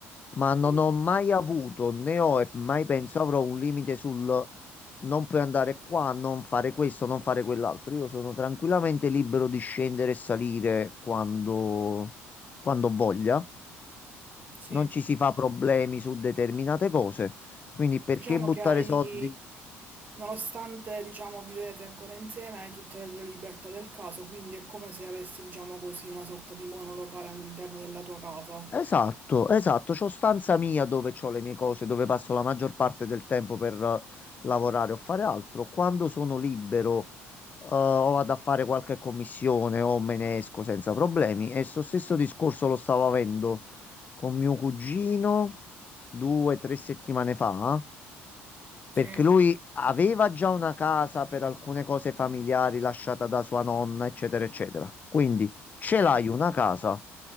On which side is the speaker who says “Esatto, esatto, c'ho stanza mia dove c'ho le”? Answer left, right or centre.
Left